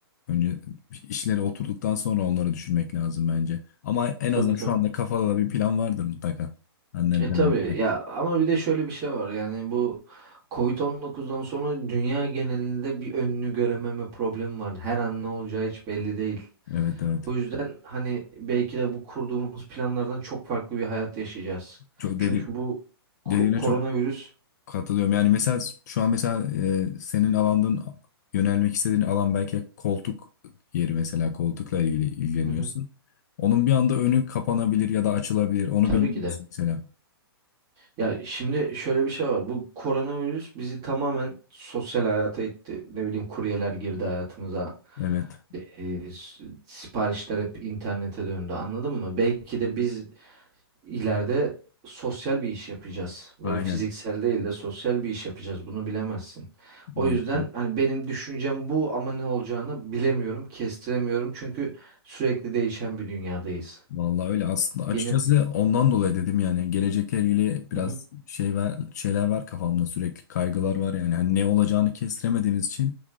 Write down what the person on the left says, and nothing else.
önce işlere oturduktan sonra onları düşünmek lazım bence. Ama en
azından
şu anda kafada da bir plan vardır mutlaka. Annenden
ne yapacağım?
Evet evet.
Çok
dedi
dediğine
çok Katılıyorum. Yani mesela şu an mesela e, senin alandın yönelmek istediğin alan belki koltuk yeri mesela koltukla ilgili ilgileniyorsun.
Onun bir anda önü kapanabilir ya da açılabilir. Onu
bilemiyorsun
mesela.
Evet.
Aynen.
O
yüzden.
Vallahi öyle aslında açıkçası
ondan dolayı dedim yani gelecekle ilgili biraz
şey var, şeyler var kafamda sürekli kaygılar var yani. Hani ne olacağını kestiremediğimiz için